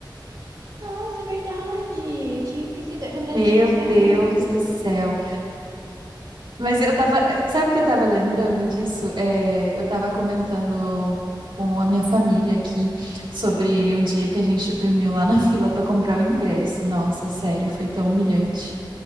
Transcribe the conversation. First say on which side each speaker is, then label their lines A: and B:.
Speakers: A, on the right; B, on the right.
A: Nossa, é verdade. Eu tinha esquecido. Na
B: Meu
A: verdade, eu achei que isso
B: Deus
A: era antes.
B: do céu. Mas eu tava, eh, sabe o que eu tava lembrando disso? É, eu tava comentando com a minha família aqui sobre o dia que a gente dormiu lá na fila pra comprar o ingresso. Nossa, sério, foi tão humilhante.